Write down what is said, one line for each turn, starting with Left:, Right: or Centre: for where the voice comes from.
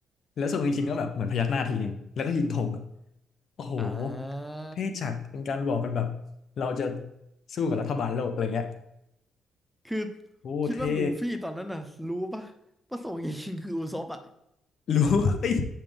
Left: แล้วทรงไงคิงก็แบบเหมือนพยักหน้าทีหนึ่งแล้วก็ยิงธงอ่ะโอ้โห
Centre: อ่า
Left: เท่จัดเป็นการบอกกันแบบเราจะสู้กับรัฐบาลโลกอะไรเงี้ย
Centre: คือ
Left: โอ้เท่
Centre: คิดว่าลูฟี่ตอนนั้นน่ะรู้ปะว่าโซเงียคิงคืออุซปอ่ะ
Left: รู้ <laughs> เอ้ย